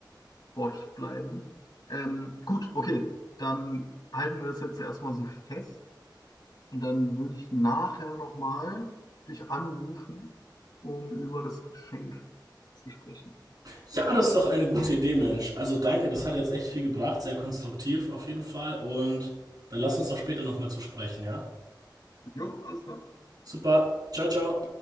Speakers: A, on the left; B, on the right.
A: Sport bleiben. Ähm, gut, okay, dann halten wir das jetzt erstmal so fest und dann würde ich nachher nochmal dich anrufen, um über das Geschenk zu sprechen.
B: Ja, das ist doch eine gute Idee, Mensch. Also danke, das hat jetzt echt viel gebracht, sehr konstruktiv auf jeden Fall. Und dann lass uns doch später nochmal zu sprechen, ja?
A: Jo, alles klar.
B: Super, ciao, ciao.